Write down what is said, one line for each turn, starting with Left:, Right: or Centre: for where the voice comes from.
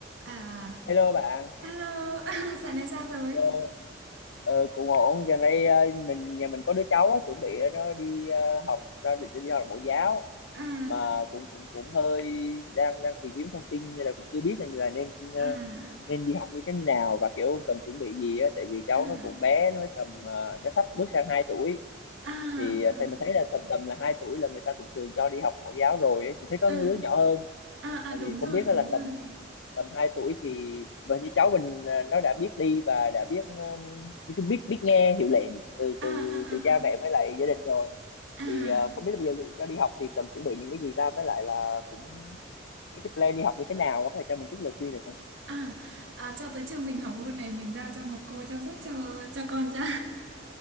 Right: À,
Left: Hello bạn,
Right: hello, <laughs> à, dạo này sao rồi?
Left: ờ, ờ, cũng ổn. Gần đây ờ, mình nhà mình có đứa cháu á, chuẩn bị ờ, nó đi ờ, học cho định đi học mẫu giáo
Right: À,
Left: mà
Right: dạ-
Left: cũng cũng cũng hơi đang đang tìm kiếm thông tin nên là cũng chưa biết là, là nên ờ,
Right: à,
Left: nên đi học như thế nào và kiểu cần chuẩn bị gì á, tại vì cháu
Right: à, à,
Left: nó cũng bé, nó mới tầm ờ, nó sắp bước sang hai tuổi
Right: à,
Left: thì ờ, thầy mình thấy là tầm tầm là 2 tuổi là người ta cũng thường cho đi học mẫu giáo rồi ấy. Mình thấy có
Right: à,
Left: đứa nhỏ hơn
Right: à,
Left: Ờ,
Right: à, đúng
Left: thì
Right: rồi,
Left: không biết đó
Right: đúng
Left: là
Right: rồi.
Left: tầm tầm 2 tuổi thì và như cháu mình à, nó đã biết đi và đã biết ờ, nói chung biết biết nghe hiệu lệnh từ
Right: À,
Left: từ
Right: à,
Left: từ cha
Right: à, à,
Left: mẹ với lại gia đình rồi
Right: à.
Left: thì ờ, không biết là bây giờ dù cho đi học thì cần chuẩn bị những cái gì ta với lại là cũng cái, cái plan đi học như thế nào có thể cho mình chút lời khuyên được không?
Right: À, à cho tới trường mình học luôn này mình giao cho một cô chăm sóc cho cho con cho <laughs>